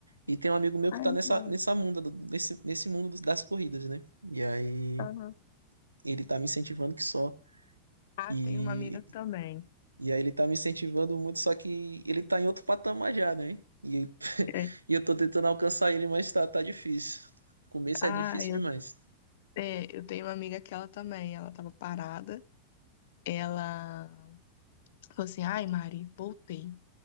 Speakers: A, on the right; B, on the left.
A: E tem um amigo meu
B: Ah,
A: que tá
B: é
A: nessa,
B: bom.
A: nessa munda, do- nesse, nesse mundo dos- das corridas, né? E aí
B: Aham.
A: ele tá me incentivando que só.
B: Ah,
A: E,
B: tem uma amiga também.
A: e aí ele tá me incentivando muito, só que ele tá em outro patamar já, né? E, <laughs>
B: é.
A: e eu tô tentando alcançar ele, mas tá, tá difícil. Começo
B: Ah,
A: é difícil
B: eu,
A: demais.
B: é, eu tenho uma amiga que ela também, ela tava parada, ela falou assim, ai Mari, voltei.